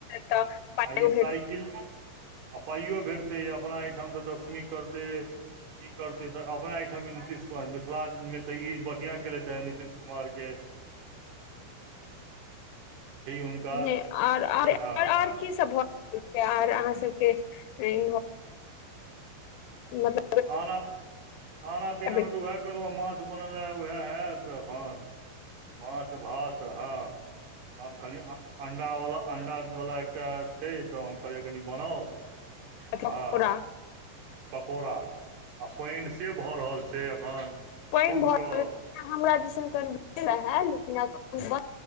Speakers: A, on the left; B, on the right.
A: तऽ पाइयो
B: आइ
A: भेट
B: साइकिल आ पाइयो भेटतै अपना एहिठाम तऽ दसमी करतै ई करते तऽ अपना एहिठ। नितिश कुमार मिथिला मे तऽ ई बढ़िया केले हे नितिश कुमार के हुनका
A: बढ़आ
B: जे हँ
A: आर
B: हँ
A: की सभ भ आर अहाँ सभके इ मतलब
B: खाना खाना पीना
A: मतलब
B: मे उएह कहलहुँ ह माछ बनल ह उएह हत एखन माछ भात हँ ख अंडा वाला अंडा वाला एकटा छै तऽ क कनि बनाउ
A: पकौड़ा
B: हँ पकौड़। आ पानि से भऽ रहल छै एखन
A: पानि
B: खूब
A: भर
B: कऽ
A: हमरा दिस कनि भीड़ रहै लेकिनख।